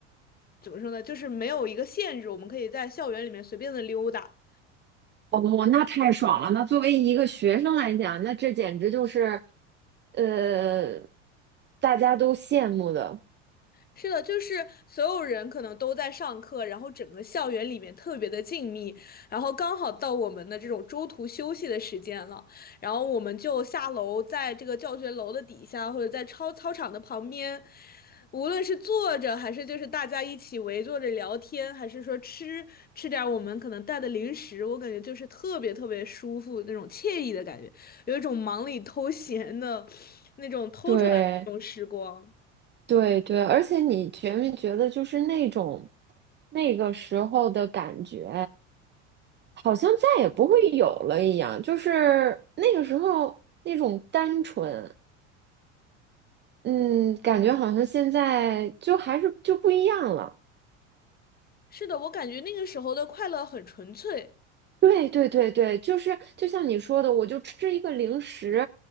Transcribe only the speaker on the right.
哦，那太爽了！那作为一个学生来讲，那这简直就是，呃，大家都羡慕的。
对对对，而且你觉没觉得，就是那种那个时候的感觉，好像再也不会有了一样。就是那个时候那种单纯，嗯，感觉好像现在就还是就不一样了。
对对对对，就是就像你说的，我就吃一个零食，